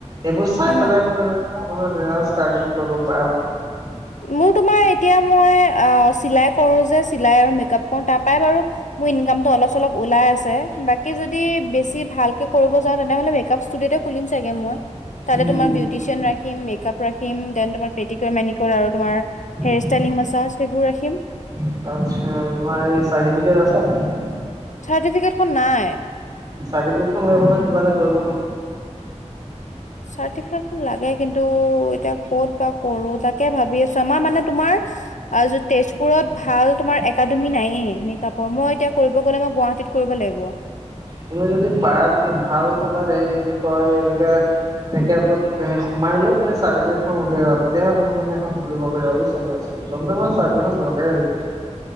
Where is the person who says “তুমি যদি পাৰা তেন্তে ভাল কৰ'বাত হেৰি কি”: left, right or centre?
Right